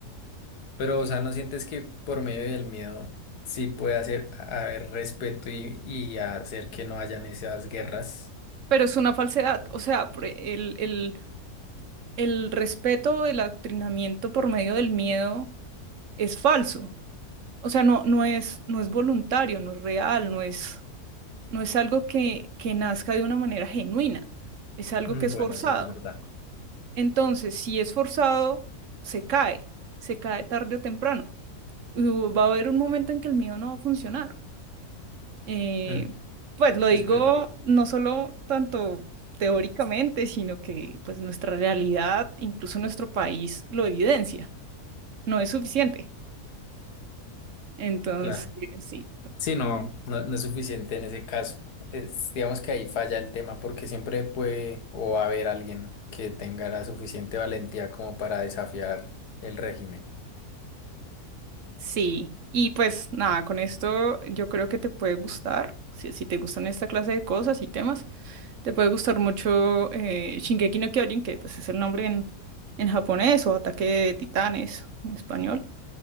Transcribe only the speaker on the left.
Pero, o sea, ¿no sientes que por medio del miedo sí puede hacer haber respeto y, y hacer que no hayan esas guerras?
Mm,
Bueno,
sí, es verdad.
Mm,
Es verdad,
claro.
Sí, no, no, no es suficiente en ese caso. Es, digamos que ahí falla el tema porque siempre puede o va a haber alguien que tenga la suficiente valentía como para desafiar el régimen.